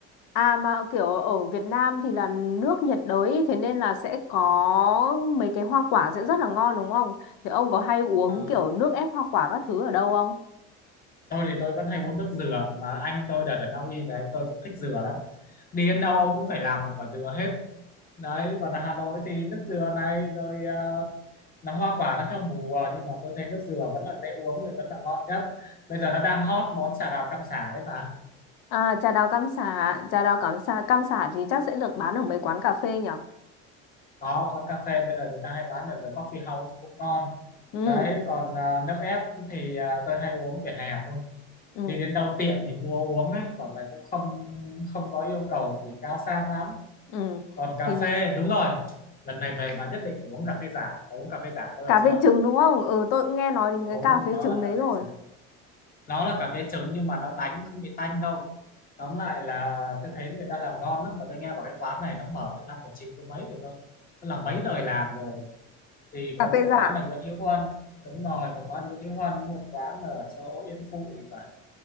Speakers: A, on the left (about 65°); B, on the left (about 25°).
A: à mà kiểu ở Việt Nam thì là nước nhiệt đới thế nên là sẽ có mấy cái hoa quả sẽ rất là ngon đúng không? Thì ông có hay uống
B: Ờ,
A: kiểu nước ép hoa quả các thứ ở đâu không?
B: tôi thì tôi vẫn hay uống nước dừa mà anh tôi đợt ở Na Uy về anh tôi cũng thích dừa lắm đi đến đâu ông cũng phải làm một quả dừa hết đấy còn ở Hà Nội thì nước dừa này rồi ờ, nó hoa quả nó theo mùa nhưng mà tôi thấy nước dừa vẫn là dễ uống thì vẫn là ngon nhất bây giờ nó đang hot món trà đào cam sả đấy bà
A: À, trà đào cam sả, trà đào cam sả, cam sả thì chắc sẽ được bán ở mấy quán cà phê nhở?
B: có có cà phê bây giờ người ta hay bán ở The Coffee House cũng ngon
A: Ừ.
B: đấy còn à, nước ép thì à, tôi hay uống vỉa hè thôi
A: Ừ.
B: đi đến đâu tiện thì mua uống ấy còn lại cũng không không có yêu cầu gì cao sang lắm
A: Ừ.
B: còn cà
A: Thì
B: phê đúng rồi lần này về bà nhất định phải uống cà phê giả Bà uống cà phê giả bao
A: cà
B: giờ chưa
A: phê trứng đúng không? Ừ tôi cũng nghe nói đến
B: Bà
A: cái
B: uống
A: cà phê
B: nó
A: trứng
B: là
A: đấy
B: cà
A: rồi.
B: phê trứng nó là cà phê trứng nhưng mà nó đánh không bị tanh đâu tóm lại là tôi thấy người ta làm ngon lắm mà tôi nghe bảo cái quán này nó mở từ năm 19 chín mấy rồi cơ nó làm mấy đời làm rồi thì
A: cà
B: có một
A: phê Rạng
B: quán ở Nguyễn Hữu Huân đúng rồi một quán Nguyễn Hữu Huân một quán ở chỗ Yên Phụ thì phải